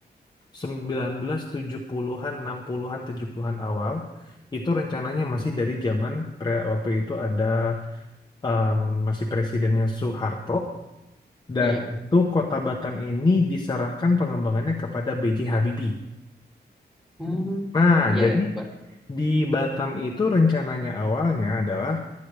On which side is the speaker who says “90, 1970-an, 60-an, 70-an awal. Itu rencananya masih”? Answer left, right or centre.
Left